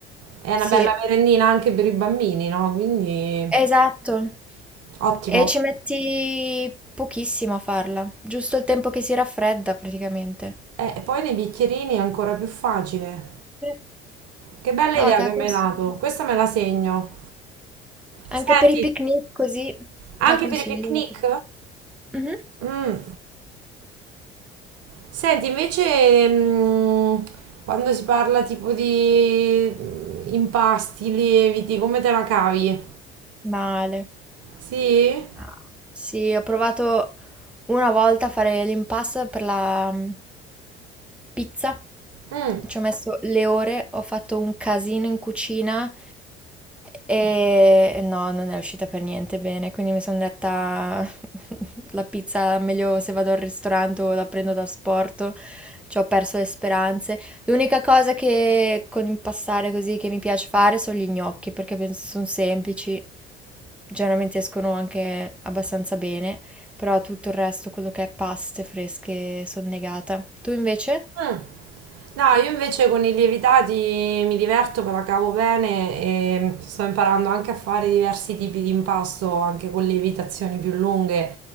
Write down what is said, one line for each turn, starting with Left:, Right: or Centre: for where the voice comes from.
Right: È una
Centre: sì,
Right: bella merendina anche per i bambini, no? Quindi
Centre: esatto.
Right: ottimo.
Centre: E ci metti pochissimo a farla, giusto il tempo che si raffredda praticamente.
Right: Eh, E poi nei bicchierini è ancora più facile.
Centre: Sì.
Right: Che bella
Centre: No,
Right: idea
Centre: te
Right: che
Centre: la
Right: mi
Centre: consiglio.
Right: hai dato. Questa me la segno.
Centre: Anche
Right: Senti,
Centre: per i picnic così
Right: anche
Centre: la consiglio.
Right: per i picnic?
Centre: Mhm.
Right: Mm. Senti, invece, mh, quando si parla tipo di mh, impasti, lieviti, come te la cavi?
Centre: Male.
Right: Sì?
Centre: Ah, Sì, ho provato Una volta fare l'impasse per la mm, pizza,
Right: Mm.
Centre: ci ho messo le ore, ho fatto un casino in cucina e no, non è uscita per niente bene, quindi mi sono detta <laughs> la pizza meglio se vado al ristorante o la prendo da sporto, ci ho perso le speranze. L'unica cosa che con impastare così che mi piace fare sono gli gnocchi perché penso sono semplici, generalmente escono anche abbastanza bene però tutto il resto, quello che è paste fresche, sono negata. Tu invece?
Right: Mm. No, io invece con i lievitati mi diverto, me la cavo bene e sto imparando anche a fare diversi tipi di impasto, anche con lievitazioni più lunghe,